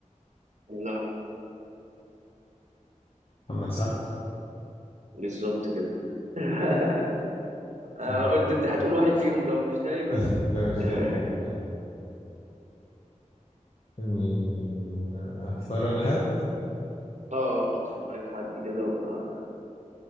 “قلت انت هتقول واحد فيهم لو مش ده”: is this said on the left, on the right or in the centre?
Right